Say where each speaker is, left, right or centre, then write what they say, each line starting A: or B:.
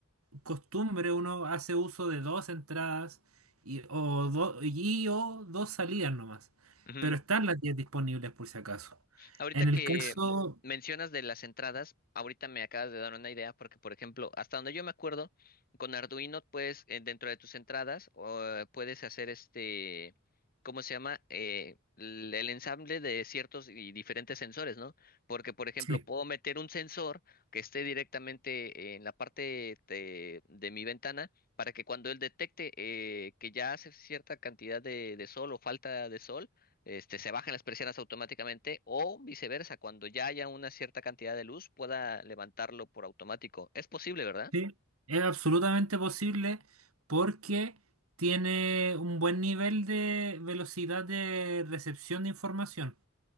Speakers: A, on the right (about 80°); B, on the left (about 45°).
A: costumbre uno hace uso de dos entradas y o, do- y, o dos salidas nomás.
B: ujú.
A: Pero están las 10 disponibles por si acaso.
B: Ahorita
A: En
B: que
A: el caso,
B: mencionas de las entradas, ahorita me acabas de dar una idea porque, por ejemplo, hasta donde yo me acuerdo, con Arduino puedes, eh, dentro de tus entradas, o, eh, puedes hacer este, ¿cómo se llama? Eh, l- el ensamble de ciertos y diferentes sensores, ¿no? Porque, por ejemplo,
A: sí,
B: puedo meter un sensor que esté directamente en la parte de, de mi ventana para que cuando él detecte eh, que ya hace cierta cantidad de, de sol o falta de sol, este, se bajen las persianas automáticamente o viceversa, cuando ya haya una cierta cantidad de luz pueda levantarlo por automático. Es posible, ¿verdad?
A: sí, es absolutamente posible porque tiene un buen nivel de velocidad de recepción de información.